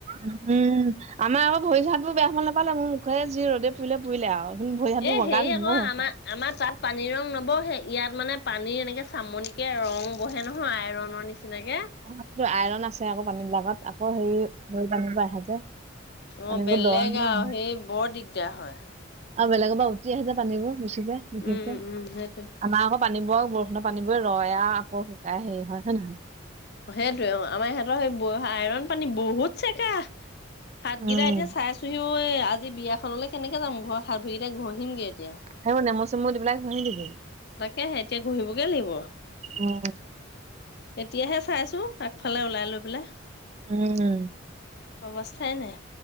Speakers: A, on the right; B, on the left.
A: উম, আমাৰ আকৌ ভৰি হাত বোৰ বেয়া হ'ব নাপালে মোৰ মুখে যি ৰ'দে পুৰিলে পুৰিলে আৰু। মোৰ ভৰি হাতবোৰ
B: এ
A: বগা
B: হেৰি
A: ধুনীয়া
B: আকৌ
A: হয়।
B: আমাৰ আমাৰ তাত পানী ৰং নবহে ইয়াত মানে পানীৰ এনেকে চামনিকে ৰং। বহে নহয়, আইৰনৰ নিচিনাকে।
A: তাত আইৰণ আছে আকৌ পানী বিলাকত, আকৌ সেই হে পানীৰ পৰা আহে যে,
B: অঁ
A: পানীবোৰ
B: বেলেগ
A: দ নহয়
B: আৰু
A: জানো
B: সেই বৰ দিগদাৰ হয়।
A: আৰু বেলেগৰ পৰা উটা আহে যে পানীবোৰ বেছিকে বিশেষকে।
B: উম উম সেইটোৱে
A: আমাৰ আকৌ পানী বোৰ বৰষুণ পানীবোৰ ৰৈ আও, আকৌ শুকাই হেৰি হয় নে নহয়।
B: সেইটোয়ে, অ' আমাৰ সিহঁতৰ সেই আইৰন পানী বহুত চেকা। হাতকেইটা
A: উম
B: এতিয়া চাইছোহিও, আজি বিয়াখনলৈ কেনেকে যাম, ঘৰত হাত ভৰিকেইটা ঘঁহিমগৈ এতিয়া।
A: সেইবোৰ নেমু চেমু দি পেলাই ঘহি দিবি।
B: তাকেহে, এতিয়া ঘহিবগে লাগিব।
A: উম
B: এতিয়াহে চাইছো আগফালে ওলাই লৈ পেলাই।
A: উম।
B: অৱস্থাই নাই।